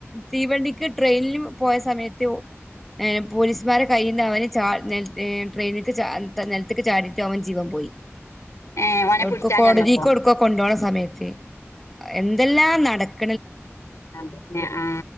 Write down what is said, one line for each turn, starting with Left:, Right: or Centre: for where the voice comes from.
Centre: തീവണ്ടിക്ക് ട്രെയിനിന് പോയ സമയത്ത് എ പോലീസ്മാരെ കയ്യിൽന്ന് അവന് ച നിൽ ട്രെയിനിക്ക് നിലത്തേക്ക് ചാടിയിട്ട് അവൻ ജീവൻ പോയി. പോയി
Left: ഏഹ് ഓനെ
Centre: എവിടുക്ക
Left: പിടിച്ചാൻ
Centre: കോടതിക്കോ
Left: ചെന്നപ്പോ
Centre: എവ്‌ട്‌ക്കോ കൊണ്ടണ സമയത്ത് എന്തെല്ലാം നടക്ക
Left: പിന്നെ ആ